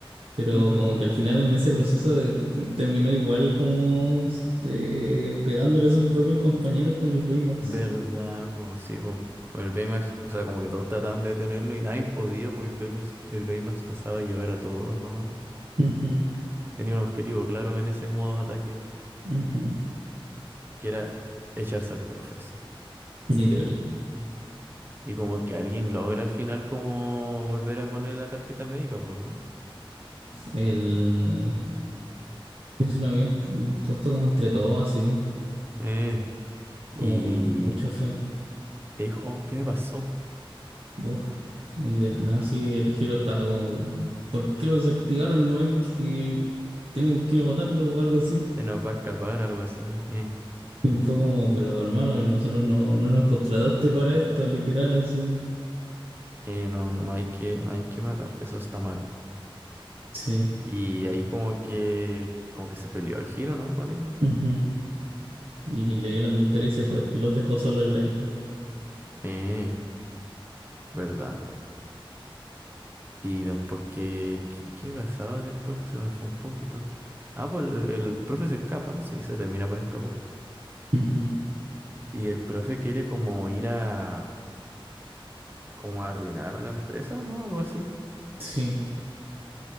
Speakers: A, on the right; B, on the right.
A: pero
B: Ujú.
A: como que al final en ese proceso de, terminó igual como eh, pegándole a sus propios compañeros con el Baymax.
B: ¿Verdad? Pues sí, pues. el Baymax, o sea, como que todos trataban de detenerlo y nadie podía, pues el Baymax, el Baymax pasaba a llevar a todos nomás.
A: Ujú,
B: Tenía un objetivo claro en ese modo de ataque,
A: ujú.
B: que era echarse al profe, así.
A: Literal.
B: Y como que alguien logra al final como volver a poner la tarjeta médica, pues, ¿no?
A: El, yo se lo había puesto como entre todos así,
B: Eh, y
A: como con mucha fe.
B: y dijo, oh, ¿qué me pasó?
A: Oh, y de la nada sí el giro estaba como, ¿por qué lo desactivaron? ¿No ven que tenemos que ir a matarlo o algo así?
B: Se nos va a escapar, algo así. Eh,
A: Y fue como, pero hermano, nosotros no, no nos contrataste para esto, literal, así.
B: eh, no, no, no hay que, no hay que matar, eso está mal.
A: Sí.
B: Y ahí como que, como que se peleó el giro, ¿no? Con ellos.
A: Ujú. Y le dio la tontería y se fue. Y los dejó solo en la isla.
B: Eh. ¿Verdad? Y después, ¿qué, qué, qué pasaba después? Se me fue un poquito. Ah, pues el, el profe se escapa, sí, se termina por escapar.
A: Ujú.
B: Y el profe quiere como ir a, como a arruinar la empresa, ¿no? Algo así.
A: Sí.